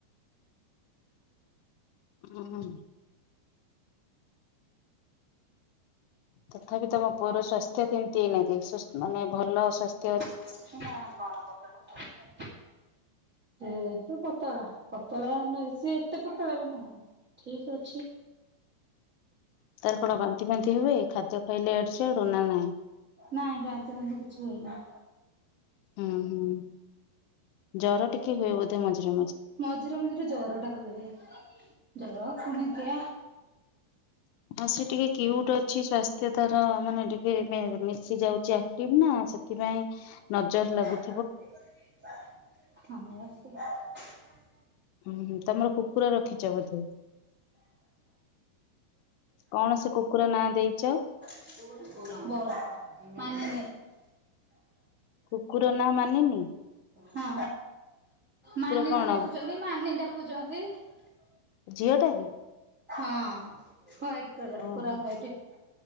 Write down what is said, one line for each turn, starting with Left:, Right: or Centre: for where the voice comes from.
Left: ହଁ। ତଥାପି ତମ ପୁଅର ସ୍ଵାସ୍ଥ୍ୟ କେମିତି ଏଇନାନ୍ତି ମାନେ ଭଲ ସାସ୍ଥ୍ୟ
Right: <unintelligible> ପତଳା ଶରୀର ସେ ତ ପତଳା ପତଳା ନ ସ ଏତେ ପତଳା ବି ନୁହଁ ଠିକ ଅଛି।
Left: ତାର କଣ ବାନ୍ତି ବାନ୍ତି ହୁଏ ଖାଦ୍ୟ ଖାଇଲେ ଆଡେ। ସେଡନା ନଁ
Right: ନାଇଁ ବାନ୍ତିରେ ବାନ୍ତ କିଛି ହନି।
Left: ହୁଁ ହୁଁ ଜର ଟିକେ ହୁଏ ବୋଧେ ମଝିରେ
Right: ମଝିରେ ମଝିରେ ଜର ଟା ହୁଏ ଜର ଶୁଣଛି।
Left: ହଁ ସେ ଟିକେ କିୟୁଟ ଅଛି ସ୍ୱାସ୍ଥ୍ୟ <unintelligible> ତାର ମାନେ ଟିକେ ଆସି ଯାଉଛି ଆକ୍ଟିଭ ନା ସେଥିପାଇଁ ନଜର ଲାଗୁ
Right: <inaudible>
Left: ହୁଁ ହଁ ତମର କୁକୁର ରଖିଛ ବୋଧେ କଣ ସେ କୁକୁର ନାଁ ଦେଇଛ?
Right: <inaudible>
Left: କୁକୁର ନା ମାନିନୀ ।
Right: ହଁ ମାନିନୀ
Left: କଣ
Right: ଡାକୁଛନ୍ତି ମାନି ଡାକୁଛନ୍ତି ।
Left: ଝିଅଟା କି?
Right: ହଁ। ହ୍ୱାଇଟ କଲର୍
Left: ଓହୋ
Right: ପୁରା ହ୍ଵାଇଟ।